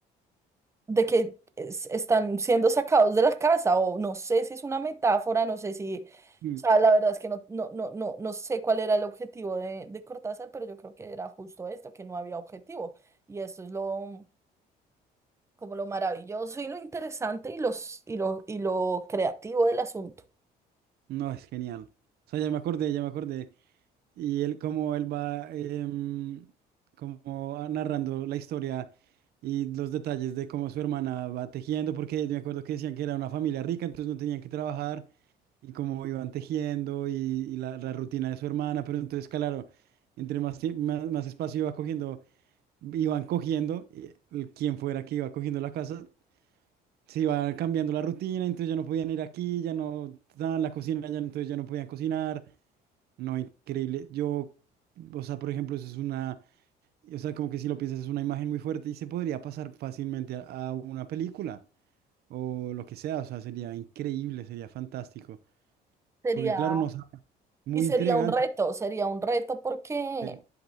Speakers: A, on the right; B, on the right.
A: de que es- están siendo sacados de la casa, o no sé si es una metáfora, no sé si, o
B: Mm.
A: sea, la verdad es que no, no, no, no, no sé cuál era el objetivo de, de Cortázar, pero yo creo que era justo esto, que no había objetivo, y esto es lo, como lo maravilloso y lo interesante y los, y lo, y lo creativo del asunto.
B: No, es genial. O sea, ya me acordé, ya me acordé. Y él, como él va em, como a- narrando la historia y los detalles de cómo su hermana va tejiendo, porque yo me acuerdo que decían que era una familia rica, entonces no tenían que trabajar y cómo iban tejiendo y, y la, la rutina de su hermana, pero entonces, claro, entre más, tie- más, más espacio iba cogiendo, iban cogiendo, y el- quien fuera que iba cogiendo la casa, se iba cambiando la rutina, entonces ya no podían ir aquí, ya no estaban en la cocina, ya, entonces ya no podían cocinar, no, increíble, yo, o sea, por ejemplo, eso es una, o sea, como que si lo piensas es una imagen muy fuerte y se podría pasar fácilmente a a una película. o lo que sea, o sea, sería increíble, sería fantástico,
A: Sería,
B: porque claro, no, sa- muy
A: y sería
B: intrigante.
A: un reto, sería un reto porque
B: Sí,